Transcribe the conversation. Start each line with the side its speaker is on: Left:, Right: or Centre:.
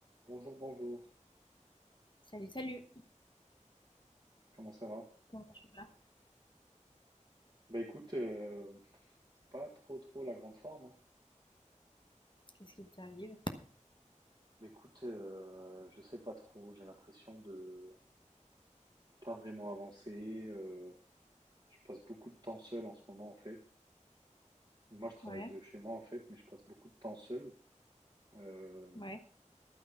Right: Bonjour, bonjour.
Left: Salut, salut.
Right: Comment ça va?
Left: Comment tu vas?
Right: Bah écoute, euh, c'est pas trop trop la grande forme. hein.
Left: Qu'est-ce qui t'arrive?
Right: Bah écoute, euh, je sais pas trop. J'ai l'impression de pas vraiment avancer. euh, je passe beaucoup de temps seul en ce moment en fait. Donc moi je travaille
Left: Ouais,
Right: de chez moi en fait, mais je passe beaucoup de temps seul. Euh,
Left: ouais,